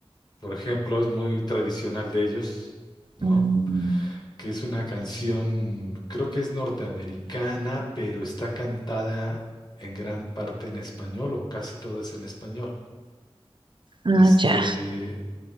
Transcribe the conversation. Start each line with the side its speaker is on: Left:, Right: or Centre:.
Left: Por ejemplo, es muy tradicional de ellos, ¿no?
Right: mm,
Left: Que es una canción, creo que es norteamericana, pero está cantada en gran parte en español o casi todas en español. Este,
Right: ah, ya.